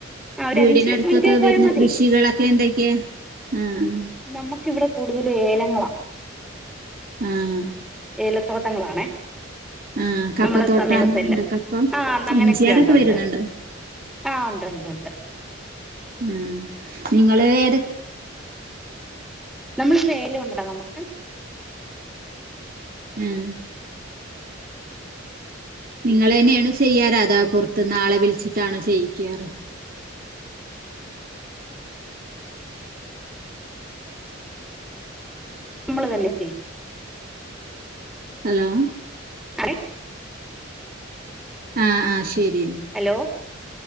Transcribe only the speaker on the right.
വീടിനടുത്തൊക്കെ
വരുന്ന
കൃഷികളൊ ക്കെ എന്തൊക്കെയ ആഹ് അഹ്
ആഹ്
ആഹ് കപ്പത്തോട്ടം
അങ്ങനെയുണ്ടോ കപ്പ
ഇഞ്ചി അതൊക്കെ
വരുന്നുണ്ടോ
ഉം നിങ്ങള് ഏ
ഉം ങ്ങള്ന്നെയാണ് ചെയ്യാറ് അതാ പുറത്ത് ആളെ വിളിച്ചിട്ടാണോ ചെയ്യിക്കാറ്.
ഹലോ
ആ ആ ശരി